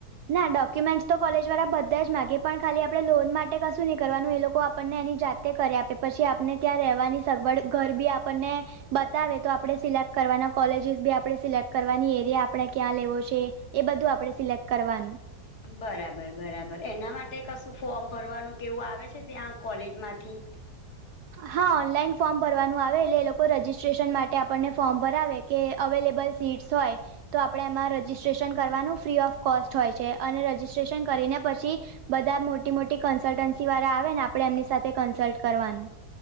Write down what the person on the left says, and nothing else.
બરાબર બરાબર એના માટે કશું ફોર્મ ભરવાનું કેવું આવે છે ત્યાં કોલેજમાંથી?